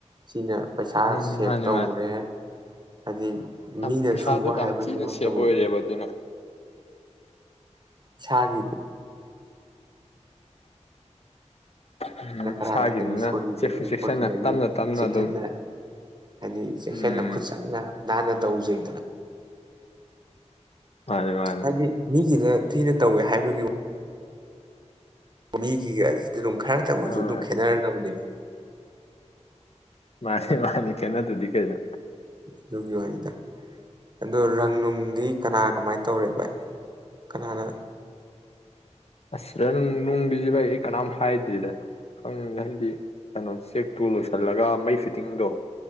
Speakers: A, on the right (about 35°); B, on the left (about 60°).
A: ꯁꯤꯅ ꯄꯩꯁꯥ
B: ꯎꯝ
A: ꯁꯦꯞ
B: ꯃꯥꯅꯤ
A: ꯇꯧꯔꯦ
B: ꯃꯥꯅꯤ
A: ꯍꯥꯏꯗꯤ
B: ꯌꯥꯝ
A: ꯃꯤꯅ
B: ꯄꯩꯁꯥꯗꯣ
A: ꯁꯨꯕ
B: ꯌꯥꯝ
A: ꯍꯥꯏꯕꯁꯤꯃꯛꯇꯕꯨ
B: ꯊꯤꯅ ꯁꯦꯕ ꯑꯣꯏꯔꯦꯕ ꯑꯗꯨꯅ
A: ꯏꯁꯥꯒꯤ
B: ꯎꯝ
A: ꯀꯔꯥꯏꯗ
B: ꯏꯁꯥꯒꯤꯅꯤꯅ
A: ꯀꯔꯤ ꯁꯣꯏꯈꯤꯕꯗꯒꯦ
B: ꯆꯦꯛꯁꯨ ꯆꯦꯛꯁꯤꯟꯅ
A: ꯈꯣꯠꯈꯤꯕꯒꯦ
B: ꯇꯞꯅ ꯇꯞꯅ
A: ꯆꯦꯛꯁꯤꯟꯅ
B: ꯑꯗꯨꯝ
A: ꯍꯥꯏꯗꯤ ꯆꯦꯛꯁꯤꯟꯅ
B: ꯎꯝ
A: ꯈꯨꯠ ꯆꯪꯅ ꯅꯥꯟꯅ ꯇꯧꯖꯩ
B: ꯃꯥꯅꯤ ꯃꯥꯅꯤ
A: ꯍꯥꯏꯗꯤ ꯃꯤꯒꯤꯗ ꯊꯤꯅ ꯇꯧꯋꯦ ꯍꯥꯏꯕꯒꯤ ꯋꯥ ꯎꯅꯤ ꯀ ꯀꯁ ꯑꯗꯨ ꯅꯨꯡ ꯈꯥꯏꯔ ꯇꯕꯨꯁꯨ
B: ꯍꯣꯏ
A: ꯑꯗꯨꯝ ꯈꯦꯅꯔ ꯇꯧꯕꯗꯣ
B: ꯃꯥꯅꯤ ꯃꯥꯅꯤ ꯀꯅꯗꯨꯗꯤ ꯀꯔ
A: ꯑꯗꯨꯒꯤ ꯋꯥꯔꯤꯗ ꯑꯣ ꯔꯪ ꯅꯨꯡꯗꯤ ꯀꯅꯥ ꯀꯃꯥꯏꯅ ꯇꯧꯔꯦ ꯚꯥꯏ ꯀꯅꯥꯅ
B: ꯑꯁꯔ ꯅꯨꯡꯗꯤꯖꯤ ꯚꯥꯏ ꯑꯩ ꯀꯅꯥꯝ ꯍꯥꯏꯗ꯭ꯔꯤꯗ ꯈꯪ ꯍꯥꯏꯗꯤ ꯀꯩꯅꯣ ꯆꯦꯛꯇꯨ ꯂꯣꯏꯁꯤꯜꯂꯒ ꯃꯩ ꯐꯤꯠꯇꯤꯡꯗꯣ